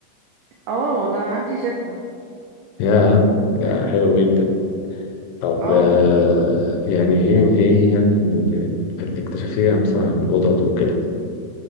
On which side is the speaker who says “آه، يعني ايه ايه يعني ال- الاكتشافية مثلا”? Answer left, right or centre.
Left